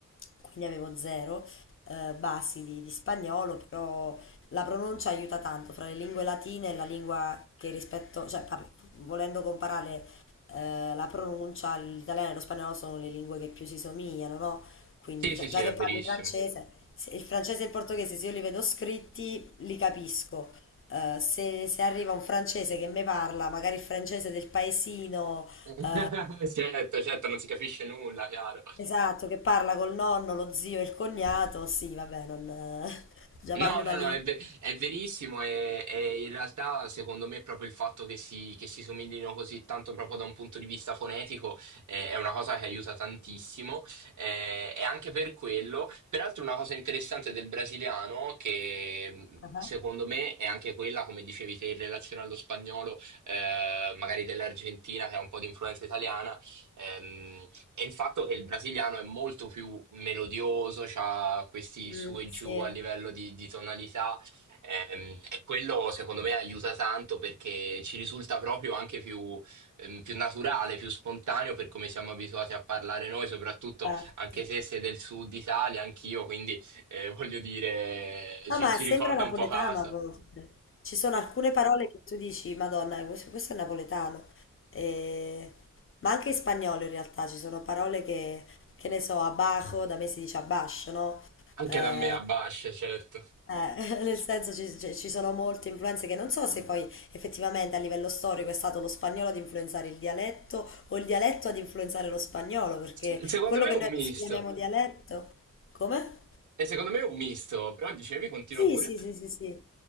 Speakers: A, on the left (about 40°); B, on the right (about 70°).
A: quindi avevo zero eh, basi di, di spagnolo, però la pronuncia aiuta tanto fra le lingue latine e la lingua che rispetto, cioè par- volendo comparare eh, la pronuncia, l'italiano e lo spagnolo sono le lingue che più si somigliano, no? Quindi
B: Sì, sì,
A: già,
B: sì,
A: già
B: è
A: che parli
B: verissimo.
A: francese, se il francese e il portoghese se io li vedo scritti li capisco. Eh, se, se arriva un francese che mi parla, magari il francese del paesino,
B: <laughs>
A: eh,
B: Certo, certo, non si capisce nulla, chiaro.
A: esatto, che parla col nonno, lo zio e il cognato, sì, vabbè, non, <laughs> già
B: No,
A: parli una
B: no,
A: lingua.
B: no, è, ve- è verissimo e, e in realtà secondo me proprio il fatto che si, che si somiglino così tanto proprio da un punto di vista fonetico eh, è una cosa che aiuta tantissimo eh, e anche per quello, peraltro una cosa interessante del brasiliano che mh,
A: Ah,
B: secondo me è anche quella, come dicevi te, in relazione allo spagnolo, eh, magari dell'Argentina che ha un po' di influenza italiana, ehm, e il fatto che il brasiliano è molto più melodioso, ha questi
A: mm,
B: su e
A: sì,
B: giù a livello di, di tonalità, ehm, e quello secondo me aiuta tanto perché ci risulta proprio anche più, ehm, più naturale, più spontaneo per come siamo abituati a parlare noi, soprattutto
A: certo.
B: anche se sei del sud Italia, anch'io, quindi eh, voglio dire,
A: No,
B: ci,
A: ma
B: ci
A: sembra
B: ricorda
A: napoletano
B: un po' casa.
A: a volte. Ci sono alcune parole che tu dici, Madonna, questo, questo è napoletano. E- Ma anche in spagnolo in realtà ci sono parole che, che ne so, abajo, da me si dice abash, no?
B: Anche
A: Eh,
B: da me a Bascia, certo.
A: eh, <laughs> nel senso ci, ci- ci sono molte influenze che non so se poi effettivamente a livello storico è stato lo spagnolo ad influenzare il dialetto o il dialetto ad influenzare lo spagnolo, perché
B: S- Secondo
A: quello
B: me
A: che
B: è
A: noi
B: un misto,
A: adesso chiamiamo dialetto, come?
B: e secondo me è un misto, però dicevi, continua
A: Sì,
B: pure.
A: sì, sì, sì, sì.